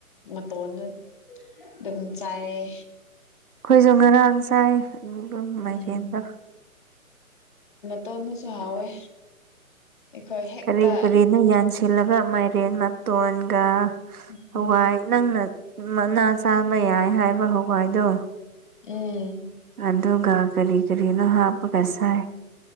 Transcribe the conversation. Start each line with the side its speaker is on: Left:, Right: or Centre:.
Left: ꯃꯇꯣꯟꯗꯨ ꯗꯨꯝ ꯆꯥꯏꯌꯦ
Right: ꯈꯣꯏꯖꯨ ꯉꯔꯥꯡ ꯁꯥꯏ ꯃꯥꯏꯔꯦꯟꯗꯣ
Left: ꯎꯝ ꯇꯣꯟꯗꯨꯁꯨ ꯍꯥꯎꯋꯦ ꯑꯩꯈꯣꯏ ꯍꯦꯛꯇ
Right: ꯀꯔꯤ ꯀꯔꯤꯅꯣ ꯌꯥꯟꯁꯤꯜꯂꯒ ꯃꯥꯏꯔꯦꯟ ꯃꯇꯣꯟꯒ
Left: ꯎꯝ
Right: ꯍꯋꯥꯏ ꯅꯪꯅ ꯃꯅꯥ ꯆꯥꯕ ꯌꯥꯏ ꯍꯥꯏꯕ ꯍꯋꯥꯏꯗꯣ
Left: ꯎꯝ
Right: ꯑꯗꯨꯒ ꯀꯔꯤ ꯀꯔꯤꯅꯣ ꯍꯥꯞꯄꯒ ꯆꯥꯢ